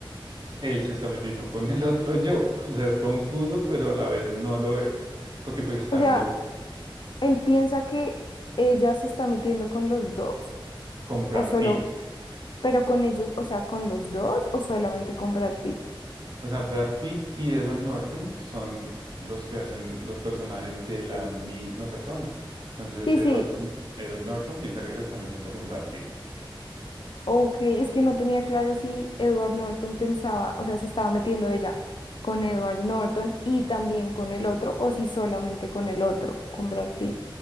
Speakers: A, on the right; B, on the left.
A: él se está metiendo con el otro yo. <laughs> O sea, es confuso, pero a la vez no lo es, porque pues están
B: O sea,
A: los
B: él piensa que ella se está metiendo con los dos
A: con Brad
B: o solo,
A: Pitt.
B: pero con ellos, o sea, con los dos o solamente con Brad Pitt.
A: O sea, Brad Pitt y Edward Norton son los que hacen los personajes de la misma persona. Entonces,
B: Sí,
A: Edward,
B: sí,
A: mm, Edward Norton piensa que se está metiendo con Brad Pitt.
B: Ok, es que no tenía claro si Edward Norton pensaba, o sea, se estaba metiendo ella con Edward Norton y también con el otro, o si solamente con el otro, con Brad Pitt.